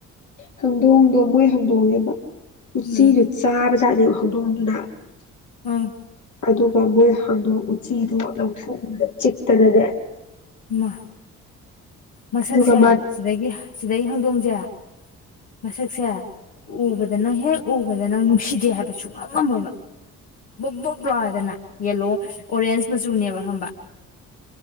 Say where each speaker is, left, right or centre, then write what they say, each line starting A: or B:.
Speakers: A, on the left (about 40°); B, on the left (about 60°).
A: ꯍꯪꯗꯣꯡꯗꯣ ꯃꯣꯏ ꯍꯥꯡꯗꯣꯡꯅꯦꯕ ꯎꯆꯤꯗꯣ
B: ꯎꯝ
A: ꯆꯥꯕꯖꯥꯅꯦꯕ <unintelligible>
B: ꯎꯝ
A: ꯑꯗꯨꯒ ꯃꯣꯏ ꯍꯪꯗꯣꯡ ꯎꯆꯤꯗꯨ ꯂꯧꯊꯣꯛꯎꯕ ꯆꯤꯛꯇꯅꯅꯦ
B: ꯃꯥ ꯃꯁꯛꯁꯦ
A: ꯑꯗꯨꯒ ꯃꯥ
B: ꯁꯤꯗꯒꯤ ꯁꯤꯗꯒꯤ ꯍꯧꯗꯣꯡ ꯌꯥ ꯃꯁꯛꯁꯦ ꯎꯕꯗ ꯑꯗ ꯅꯪ ꯍꯦꯛ ꯎꯕꯗ ꯅꯪ ꯅꯨꯡꯁꯤꯗꯦ ꯍꯥꯏꯕ ꯁꯨꯡ ꯉꯝꯂꯝꯝꯃꯣꯏꯕ ꯕꯨꯛ ꯕꯨꯛ ꯂꯥꯎꯋꯦꯗꯅ ꯌꯦꯂꯣ ꯑꯣꯔꯦꯟꯖ ꯃꯆꯨꯅꯦꯕ ꯈꯪꯕ